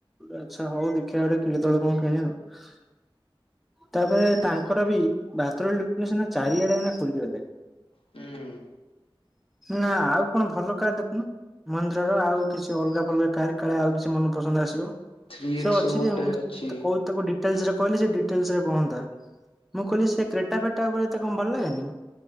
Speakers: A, in the centre; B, on the left.
A: ଆଚ୍ଛା ହଉ ଦେଖିବା ଆଡେ। ତଳେ କଣ କିଣିଆ ଆଉ ତାପରେ ତାଙ୍କର ବି ବାଥରୁମ୍ ଲୁଟେଶନ ଚାରିଆଡେ ଏଇନା ଖୋଲିଗଲାଣି।
B: ହୁଁ ହୁଁ।
A: ନା ଆଉ କଣ ଭଲ କାର୍ ଦେଖୁନ ମନ୍ଦିରର ଆଉ କିଛି ଅଲଗା କଲର କାର୍ କାଳେ ଆଉ କିଛି ମନ ପସନ୍ଦ ଆସିବ।
B: ଥ୍ରୀ ଏକ୍ସ
A: ସେ ଅଛି
B: ଗୋଟେ
A: ଯେ ମୁଁ ତାକୁ
B: ଅଛି
A: ତାକୁ କହିଚି ଡିଟେଲସରେ କହିଲି ସେ ଡିଟେଲସ ରେ କହନ୍ତା ମୁଁ କହିଲି ସେ କ୍ରେଟା ଫେଟା ଉପରେ ଏତେ କଣ ଭଲ ଲାଗେନି?